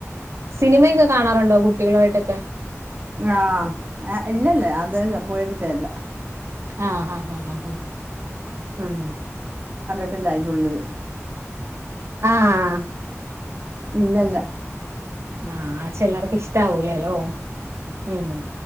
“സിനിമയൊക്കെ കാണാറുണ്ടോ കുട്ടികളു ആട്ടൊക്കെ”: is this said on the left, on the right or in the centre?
Right